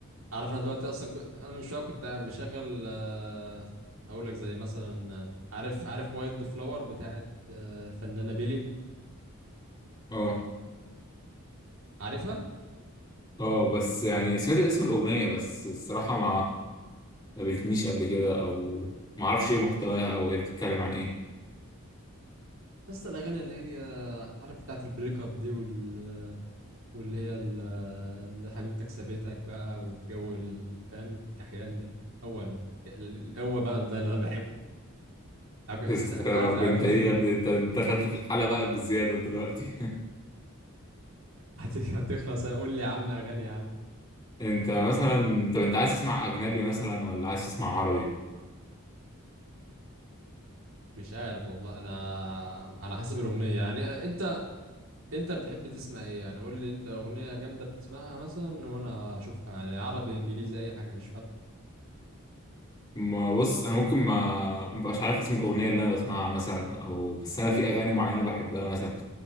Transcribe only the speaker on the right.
عارف انا دلوقتي اصلا كنت... انا من شويه كنت قاعد مشغل آه، هقول لك زي مثلا آه، عارف عارف وايلد فلاور بتاعت آه، الفنانه بيلي
عارفها
يا اسطى الاغاني اللي هي عارف بتاعت البريك اب دي وال واللي هي ال- اللي حبيبتك سابتك بقى والجو ال- فاهم الكحيان ده هو الحكا- ال- هو بقى ده اللي انا بحبه عج-
عارف
العلاقات
اللي
هت- هتخلص قول لي يا عم اغاني يا عم
مش عارف والله انا على حسب الاغنيه يعني انت انت بتحب تسمع ايه يعني قول لي انت اغنيه جامده بتسمعها مثلا وانا اشوفها يعني عربي انجليزي اي حاجه مش فارقه